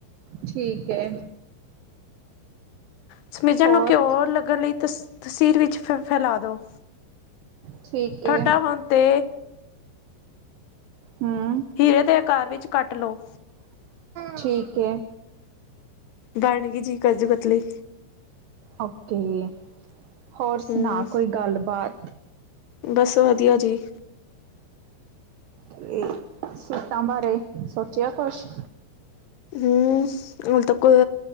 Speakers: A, on the right (about 80°); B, on the left (about 75°).
A: ਠੀਕ ਹੈ।
B: ਸਮਿਜਰ
A: ਹੋਰ
B: ਨੂੰ ਘਿਉ ਲੱਗਣ ਲਈ ਤਸ ਤਸੀਰ ਵਿੱਚ ਫ ਫੈਲਾ ਦੋ।
A: ਠੀਕ
B: ਠੰਡਾ
A: ਏ
B: ਹੋਣ ਤੇ।
A: ਹਮ।
B: ਹੀਰੇ ਦੇ ਆਕਾਰ ਵਿੱਚ ਕੱਟ ਲਓ।
A: ਠੀਕ ਏ।
B: ਬਣ ਗ ਜੀ ਕਾਜੂ ਕਤ ਲਈ।
A: ਓਕੇ ਹੋਰ ਸੁਣਾ
B: ਹੂੰ,
A: ਕੋਈ ਗੱਲਬਾਤ।
B: ਬਸ ਵਧੀਆ ਜੀ।
A: ਇਹ। ਸੂਟਾਂ ਬਾਰੇ ਸੋਚਿਆ ਕੁਛ।
B: ਹਮ ਮਤਲਬ ਕੋ